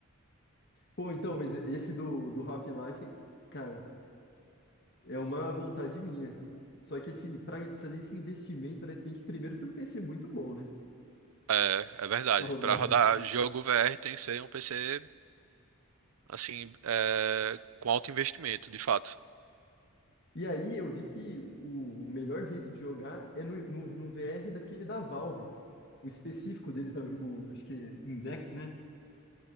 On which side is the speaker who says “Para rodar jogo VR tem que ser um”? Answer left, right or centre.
Right